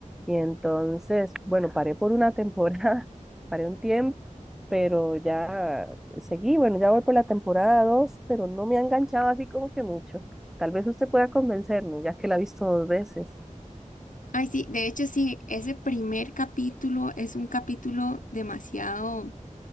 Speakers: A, in the centre; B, on the left (about 75°).
A: Y entonces, bueno, paré por una temporada, <laughs> paré un tiempo, pero ya seguí, bueno, ya voy por la temporada 2, pero no me ha enganchado así como que mucho. Tal vez usted pueda convencerme, ya que la ha visto dos veces.
B: Ay, sí, de hecho sí, ese primer capítulo es un capítulo demasiado